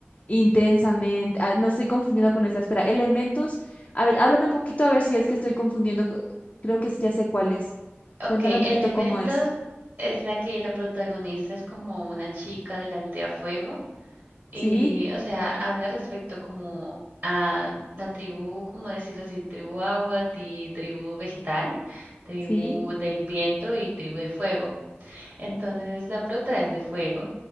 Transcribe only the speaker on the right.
ok,
Elementos
es la que la protagonista es como una chica de la aldea Fuego y,
o sea, habla respecto como a la tribu, como decirlo así, tribu agua y tribu vegetal, tribu
del viento y tribu de fuego. Entonces la prota es de fuego